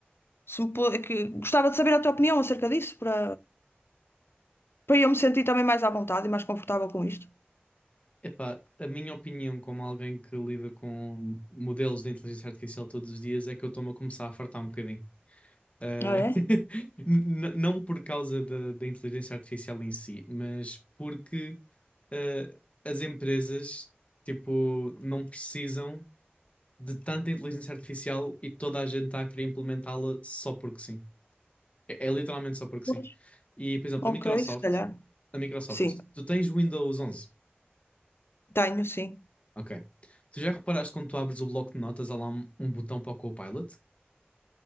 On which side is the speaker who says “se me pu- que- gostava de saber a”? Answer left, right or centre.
Left